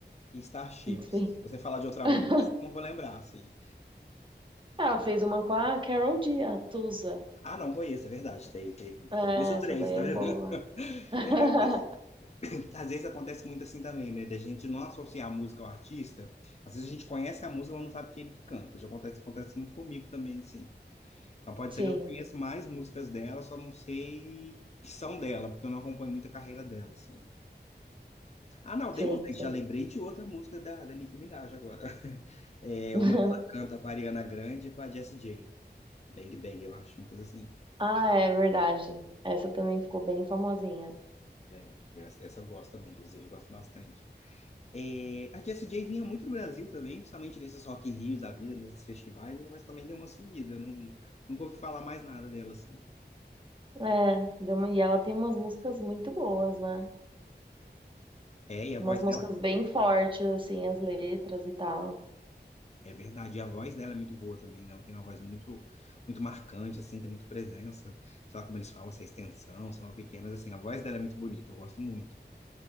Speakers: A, on the left; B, on the right.
A: e Starships.
B: Sim.
A: Se você falar de outra
B: <laughs>
A: música, acho que eu não vou lembrar, assim.
B: Ela fez uma com a Carol G, a Tusa.
A: Ah, não, conheço, é verdade, tem, tem.
B: É,
A: Então, conheço
B: essa
A: três,
B: daí
A: tá
B: é
A: vendo?
B: boa.
A: <laughs>
B: <laughs>
A: É, porque, assim, às vezes acontece muito assim também, né, Da gente não associar a música ao artista. Às vezes a gente conhece a música, mas não sabe que é ele que canta. Já acontece, acontece muito comigo também, assim. Então pode
B: Sim,
A: ser que eu conheça mais músicas dela, só não sei que são dela, porque eu não acompanho muito a carreira dela, assim. Ah, não, dei
B: sim,
A: outra.
B: sim.
A: Já lembrei de outra música da, da Nicki Minaj agora. <laughs> É
B: <laughs>
A: uma que ela canta com a Ariana Grande e com a Jessie J. Bang Bang, eu acho, uma coisa assim.
B: Ah, é verdade. Essa também ficou bem famosinha.
A: É, eu- essa eu gosto também, inclusive, eu gosto bastante. É, a Jessie J vinha muito no Brasil também, principalmente nesses Rock in Rios da vida, nesses festivais, né? Mas também deu uma sumida, não, nunca ouvi falar mais nada dela, assim.
B: É, deu uma... e ela tem umas músicas muito boas, né?
A: É, e a
B: Umas
A: voz
B: músicas
A: dela
B: bem fortes, assim, as letras e tal.
A: É verdade, e a voz dela é muito boa também, né? Ela tem uma voz muito, muito marcante, assim, tem muita presença. Sei lá como eles falam, se é extensão, sei lá o que que é, mas assim, a voz dela é muito bonita, eu gosto muito.